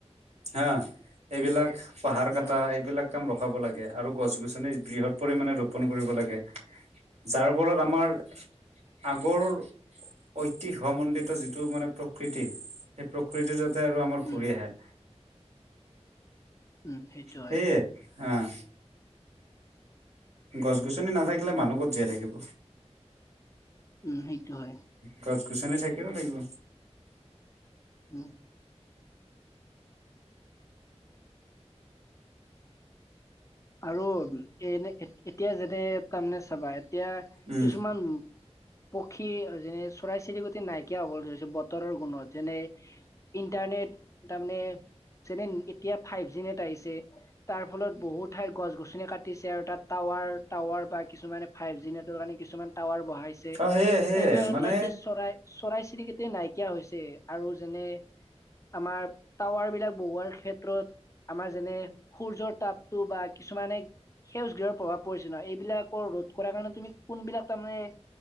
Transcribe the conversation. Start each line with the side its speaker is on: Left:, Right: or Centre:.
Right: হা এইবিলাক পাহাৰ
Left: উম
Right: কটা এইবিলাক- কাম ৰখাব লাগে আৰু গছ গছনি বৃহৎ পৰিমাণে ৰোপন কৰিব লাগে। যাৰ ফলত আমাৰ- আগৰ ঐতিহ্যমণ্ডিত যিটো মানে প্ৰকৃতি- সেই প্ৰকৃতি যাতে আৰু আমাৰ
Left: উম
Right: ঘূৰি আহে-
Left: উম সেইটো হয়
Right: সেইয়ে অঁ। গছ -গছনি নাথাকিলে মানুহ কত জীয়াই থাকিব।
Left: উম সেইটো হয়
Right: গছ- গছনি থাকিব লাগিব।
Left: উমঁ। আৰু এনে এতিয়া যেনে তাৰমানে চাবা এতিয়া
Right: উম
Left: কিছুমান- পক্ষী যেনে চৰাই চিৰিকটি নাইকিয়া হ'বলৈ ধৰিছে বতৰৰ গুণত যেনে- ইণ্টাৰনেট তাৰমানে- যেনে এতিয়া ফাইভ জি ন এট আহিছে তাৰ ফলত বহুত। ঠাইত গছ -গছনি কাটিছে আৰু তাত টাৱাৰ টাৱাৰ বা কিছুমানে ফাইভ জি নেটৰ কাৰণে কিছুমান- টাৱাৰ বঢ়াইছে
Right: আৰু সেয়ে সেয়ে
Left: এইবিলাক ক্ষেত্ৰত
Right: মানে
Left: যে চৰাই- চৰাই চিৰিকেইতি নাইকিয় হৈছে আৰু যেনে- আমাৰ টাৱাৰ বিলাক বহোৱাৰ ক্ষেত্ৰত আমাৰ যেনে সূৰ্যৰ তাপ- তু বা কিছুমানে- সেউজ গৃহৰ প্ৰভাৱ পৰিছে নয় এইবিলাকৰ ৰোধ কৰাৰ কাৰণে তুমি কোনবিলাক তাৰমানে-